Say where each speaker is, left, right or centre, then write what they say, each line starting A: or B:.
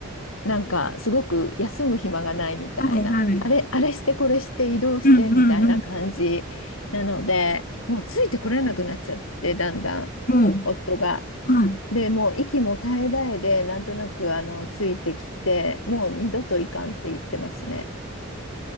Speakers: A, on the left; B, on the left.
A: なんかすごく休む暇がないみたいな、
B: はい、はい。
A: あれ、あれしてこれして移動してみたいな感じなので、
B: うん、うん、うん。
A: もうついてこれなくなっちゃって、だんだん夫が。
B: もう、はい。
A: で、もう息も絶え絶えで、なんとなくあのついてきて、もう二度といかんって言ってますね。